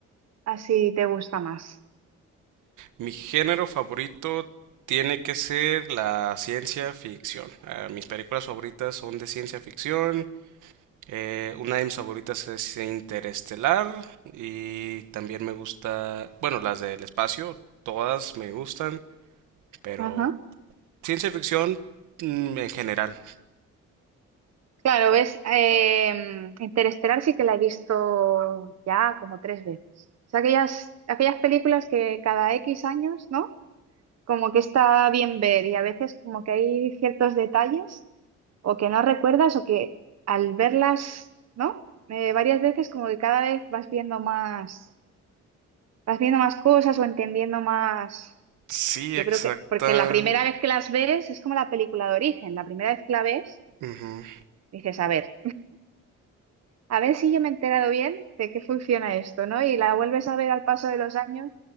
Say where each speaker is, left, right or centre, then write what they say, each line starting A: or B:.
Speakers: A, on the right; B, on the right.
A: así te gusta más?
B: Mi género favorito tiene que ser la ciencia ficción. Ah, mis películas favoritas son de ciencia ficción. eh, una de mis favoritas es Interestelar. Y también me gusta, bueno, las del espacio, todas me gustan, pero
A: ajá
B: ciencia ficción mm, en general.
A: Claro, ves, eh, Interestelar sí que la he visto ya como tres veces. O sea, aquellas, aquellas películas que cada X años, ¿no? Como que está bien ver y a veces como que hay ciertos detalles o que no recuerdas o que al verlas, ¿no? Eh, varias veces como que cada vez vas viendo más, vas viendo más cosas o entendiendo más.
B: Sí,
A: Yo
B: exacta.
A: creo que, porque la primera vez que las ves es como la película de origen, la primera vez que la ves
B: Ujú,
A: dices, a ver. A ver si yo me he enterado bien de qué funciona esto, ¿no? Y la vuelves a ver al paso de los años,